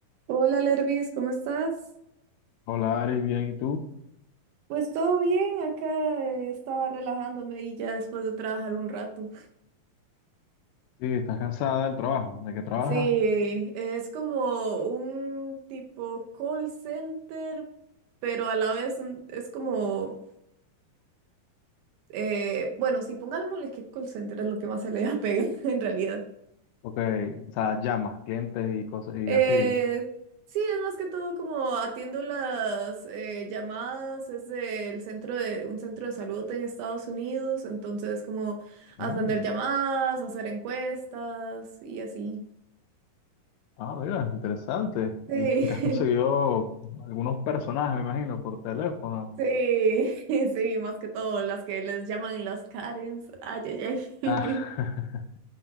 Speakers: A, on the right (about 75°); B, on the left (about 80°).
A: Hola Lervis, ¿cómo estás?
B: Hola, Aris, bien, ¿y tú?
A: Pues todo bien, acá eh, estaba relajándome y ya después de trabajar un rato.
B: Sí, estás cansada del trabajo, ¿de qué trabajas?
A: Sí, es como un tipo call center, pero a la vez un- es como, eh, bueno, sí, pongámosle que call center es lo que más se le apega <laughs> en realidad.
B: Ok, o sea, llamas, clientes y cosas y
A: Eh,
B: así.
A: sí, es más que todo como atiendo las eh, llamadas, es del centro de un centro de salud en Estados Unidos, entonces como atender
B: Mm,
A: llamadas, hacer encuestas y así.
B: Ah, mira, interesante.
A: Sí,
B: Y <laughs> te has conseguido
A: <laughs>
B: algunos personajes, me imagino, por teléfono.
A: sí, <laughs> sí, más que todo las que les llaman las Karens. Ay, ay, ay.
B: Ah,